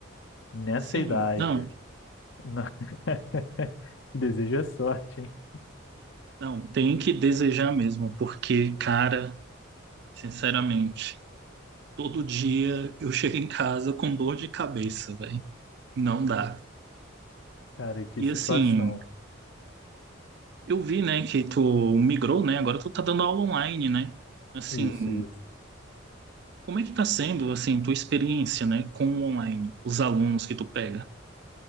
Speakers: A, on the left; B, on the right.
A: nessa
B: Sim,
A: idade.
B: não,
A: Não. <laughs> Te desejo a sorte, hein?
B: não, tem que desejar mesmo, porque, cara, sinceramente, todo dia eu chego em casa com dor de cabeça, velho. Não dá.
A: Cara, que
B: E
A: situação.
B: assim, eu vi, né, que tu migrou, né? Agora tu tá dando aula online, né? Assim,
A: Isso, isso.
B: como é que tá sendo, assim, tua experiência, né, com o online, os alunos que tu pega?